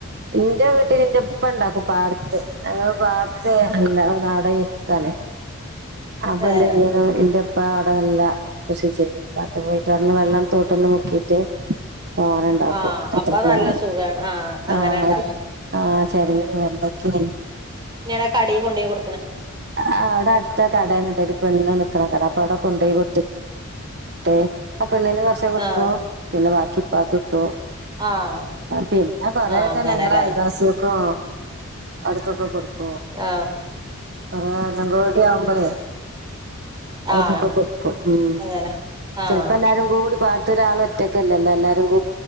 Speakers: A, on the right (about 50°); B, on the right (about 20°).
A: ഇന്റെ വീട്ടിൽ ഇന്റെപ്പ ണ്ടാക്കും പാടത്ത് അങ്ങള് പാടത്ത് <unintelligible>
B: <inaudible>
A: അപ്പോന്തേയ്നു
B: ഏഹ്
A: ഇന്റെ പ്പ അവടെ നല്ല കൃഷി ചെയ്യും <unintelligible> വെള്ളം തോട്ട്ന്ന് മുക്കിട്ട് തോനണ്ടാക്കും
B: ആഹ്
A: എത്ര
B: അപ്പൊ
A: പോരാന്ന്.
B: നല്ല സുഖാണ് ആഹ് അങ്ങനെ
A: ആ
B: ഉണ്ടാക്കും
A: ഒര് ആ ചെരങ്ങി വെണ്ടയ് ഉം.
B: ങ്ങനെ കടി കൊണ്ടേയ് കൊട്
A: ആ അവടെ അടുത്ത കടേന്ണ്ട്. ഒര് പെണ്ണ് നിക്കണ കട. അപ്പ അവ്ടെ കൊണ്ടോയി കൊടുത്തിട്ട് ആ പെണ്ണിന് കൊറച്ചേ കൊടുക്കും
B: ആഹ്
A: പിന്നെ ബാക്കി ക്ക്പ്പാക്ക് കിട്ടും
B: ആഹ്
A: പിന്നെ കൊറെയൊക്കെ
B: ആഹ് അങ്ങനെല്ലേ
A: ഞങ്ങടെ അയൽവാസ്യോള് ആ അടുക്കൊക്കേ കൊടുക്കു
B: ആ
A: ആ ന്ന ക് വടി ആവുമ്പളെ. <unintelligible>
B: ആഹ്
A: കൊട്ക്കും.
B: അങ്ങനെ ആഹ്
A: ചെലപ്പോ എല്ലാരും കൂടി പാട ത്ത് ഒരാള് ഒറ്റക്കല്ലല്ലോ എല്ലാരും കു